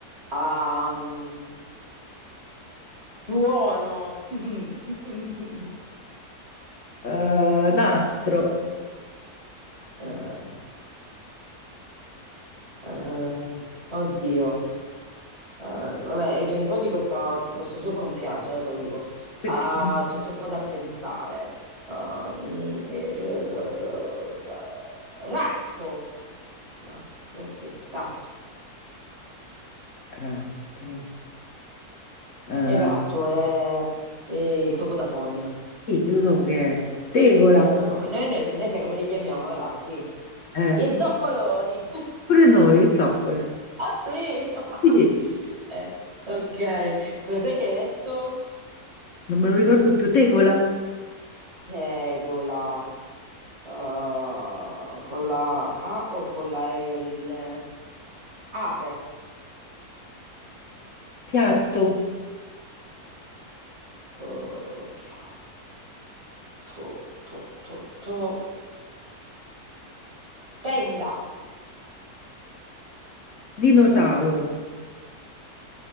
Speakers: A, on the right; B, on the left.
A: Ehm, tuono, <laughs>
B: Eh, nastro,
A: Eh, Eh, oddio. Eh, vabbè, ai tuoi nipoti questa- questo gioco non piace, eh, te lo dico.
B: perché
A: Ah, c'è troppo da pensare. Ah, ni- ni- r- r- r- ra- ratto. Nastro, sì, ratto.
B: ratto, Eh,
A: Il ratto è, è il topo da fogna.
B: sì, lo so che è, tegola,
A: Ma come- noi, noi, noi sai come li chiamiamo i ratti?
B: eh,
A: Gli zoccoloni. <laughs>
B: pure noi, zoccole,
A: Ah sì! <laughs>
B: sì.
A: Eh, ok, cos'è che hai detto?
B: non me lo ricordo più, tegola,
A: Tegola. Uh, con la A o con la L? Ape.
B: piatto,
A: Uh, piatto, to, to, to, to. Tenda.
B: dinosauro.